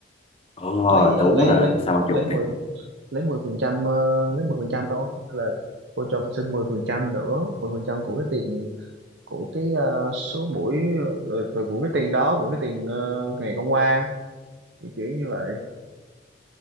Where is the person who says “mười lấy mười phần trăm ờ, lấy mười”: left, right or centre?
Right